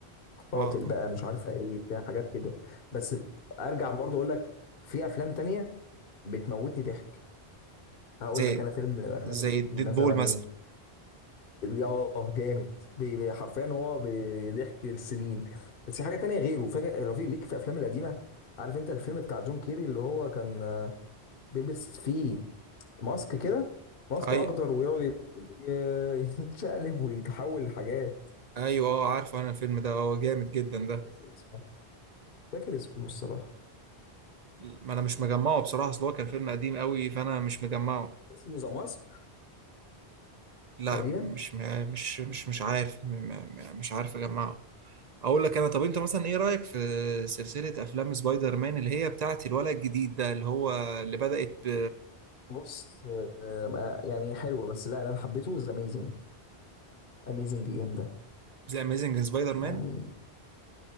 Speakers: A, on the left; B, on the right.
A: قاتل
B: اه
A: بقى مش عارف ايه بتاع حاجات كده بس ارجع برضه اقول لك في افلام تانية بتموتني ضحك هقول
B: زي
A: لك انا فيلم افلام
B: زي ديد
A: مثلا
B: بول مثلا
A: اه جامد بي- بي- حرفيا هو بيضحك السنين بس في حاجه تانية غيره فاكر رفيق ليك في الافلام القديمه عارف انت الفيلم بتاع جون كيري اللي هو كان آه، بيلبس فيه ماسك كده ماسك
B: أي
A: اخضر ويقعد يت- ي- <laughs> يتشقلب ويتحول لحاجات
B: أيوه اه عارفه أنا الفيلم ده اه جامد جدا ده
A: مش فاكر اسمه مش فاكر اسمه الصراحه
B: ما أنا مش مجمعه بصراحة أصل هو كان فيلم قديم قوي فأنا مش مجمعه
A: اسمه ذا ماسك
B: لا
A: تقريبا
B: مش م- مش مش مش عارف م- م- مش عارف اجمعه اقول لك انا طب انت مثلا ايه رايك في سلسله افلام سبايدر مان اللي هي بتاعت الولد الجديد ده اللي هو اللي بدات ب
A: بص آه، آه، يعني حلوه بس لا انا حبيته ذا اميزنج اميزنج جامده
B: ذا اميزنج سبايدر مان
A: يعني